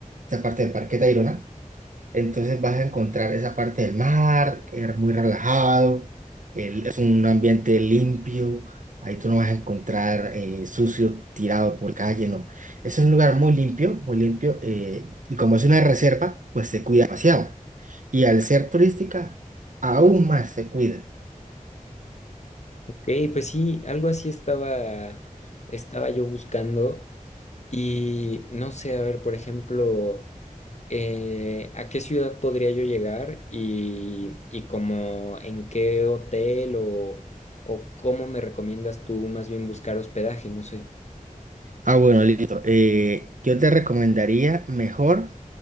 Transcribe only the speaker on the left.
Ey, pues sí, algo así estaba, estaba yo buscando y no sé, a ver, por ejemplo, eh, ¿a qué ciudad podría yo llegar y, y como en qué hotel o, o cómo me recomiendas tú más bien buscar hospedaje? No sé.